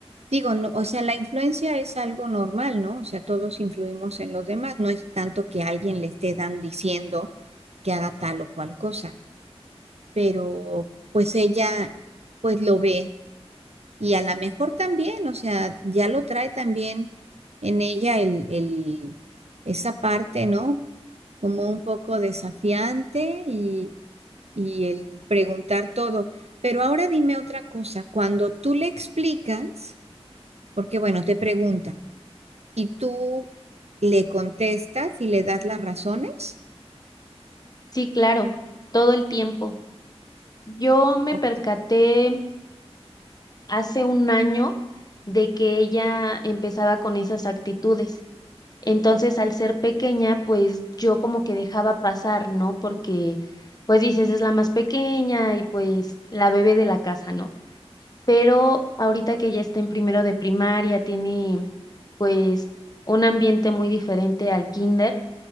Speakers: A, on the right; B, on the left.
A: Digo, no, o sea, la influencia es algo normal, ¿no? O sea, todos influimos en los demás, no es tanto que alguien le esté dan diciendo que haga tal o cual cosa, pero pues ella pues lo ve y a lo mejor también, o sea, ya lo trae también en ella el, el, esa parte, ¿no? Como un poco desafiante y, y el preguntar todo. Pero ahora dime otra cosa, cuando tú le explicas, porque bueno, te pregunta. y tú le contestas y le das las razones.
B: Sí, claro, todo el tiempo. Yo me
A: Ok.
B: percaté hace un año de que ella empezaba con esas actitudes Entonces, al ser pequeña, pues yo como que dejaba pasar, ¿no? Porque, pues dices, es la más pequeña y pues la bebé de la casa, ¿no? Pero ahorita que ya está en primero de primaria, tiene pues un ambiente muy diferente al kinder.